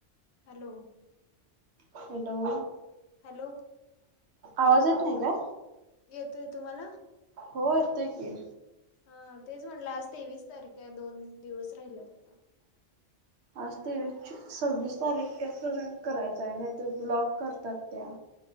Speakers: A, on the left; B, on the right.
A: हॅलो
B: हॅलो
A: हॅलो
B: आवाज येत नाही का?
A: येतोय तुम्हाला?
B: हो येतं की
A: हा तेच म्हटलं आज तेवीस तारखे दोन दिवस राहिले आता.
B: आज ते सव्वीस तारीख कॅरेंट करायचं आहे नाही ते ब्लॉक करतात त्या